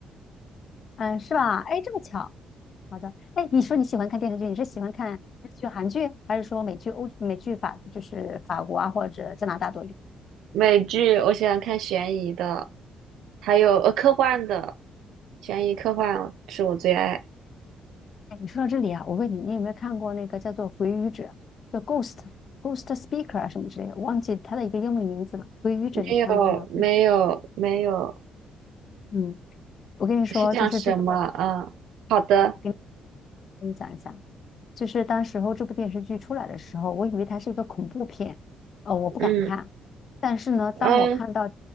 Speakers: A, on the left; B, on the right.
A: 嗯，是吧？哎，这么巧。好的，哎，你说你喜欢看电视剧，你是喜欢看日剧、韩剧，还是说美剧、欧美剧法，就是法国啊或者加拿大多一点？
B: 美剧我喜欢看悬疑的，还有呃科幻的，悬疑科幻是我最爱。
A: 哎，你说到这里啊，我问你，你有没有看过那个叫做《回语者》叫 Ghost Ghost Speaker 啊什么之类的？忘记它的一个英文名字了，《回语者》你看过吗？
B: 没有，没有，没有，
A: 嗯。我跟你说，
B: 是讲什么？
A: 就是这部电视，
B: 嗯，好的，
A: 我跟跟你讲一下，就是当时候这部电视剧出来的时候，我以为它是一个恐怖片，呃，我不敢看。
B: 嗯
A: 但是呢，当我看到
B: 嗯，